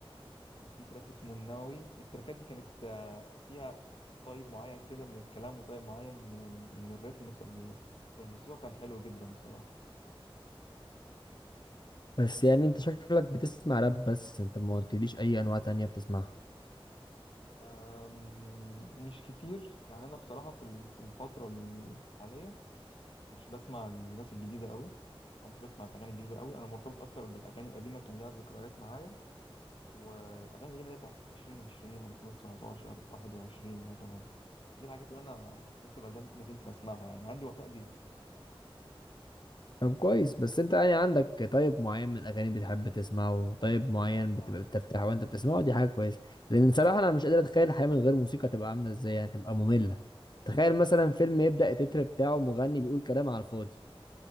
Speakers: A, on the left; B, on the left.
A: وفي تراك اسمه النووي التراكات دي كانت آه فيها طيب معين كده من الكلام وطيب معين من ال... من الريتم في ال... في الموسيقى كان حلو جدا بصراحة
B: بس يعني انت شكلك بتسمع راب بس انت ما قلتليش اي انواع تانية بتسمعها
A: آم، مش كتير يعني أنا بصراحة في ال- في الفترة الحالية مش بسمع الناس الجديدة قوي أو مش بسمع الأغاني الجديدة قوي أنا مرتبط أكتر بالأغاني القديمة كان ليها ذكريات معايا والأغاني القديمة اللي هي بتاعت 2020 2019 21 مثلا دي الحاجات اللي أنا لسه ما زلت ما زلت بسمعها يعني عندي وفاء ليها
B: طب كويس بس انت يعني عندك طيب معين من الاغاني بتحب تسمعه طيب معين
A: اه
B: بتبقى بترتاح وانت بتسمعه دي حاجه كويسه لان صراحه انا مش قادر اتخيل الحياه من غير موسيقى تبقى عامله ازاي يعني تبقى ممله تخيل مثلا فيلم يبدا التتر بتاعه مغني بيقول كلام على الفاضي